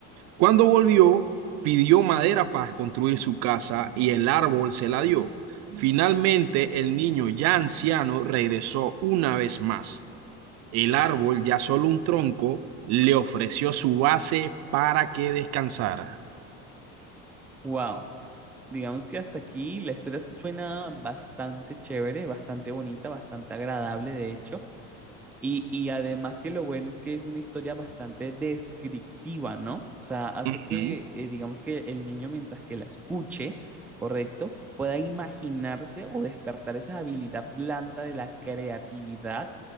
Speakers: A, on the right; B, in the centre.
A: Cuando volvió, pidió madera para construir su casa y el árbol se la dio. Finalmente, el niño ya anciano regresó una vez más. El árbol, ya solo un tronco, le ofreció su base para que descansara.
B: Wow. Digamos que hasta aquí la historia suena bastante chévere, bastante bonita, bastante agradable, de hecho. Y, y además que lo bueno es que es una historia bastante descriptiva, ¿no? O sea, hace
A: Ujú,
B: que, eh, digamos que el niño mientras que la escuche, ¿correcto? Pueda imaginarse o despertar esa habilidad blanda de la creatividad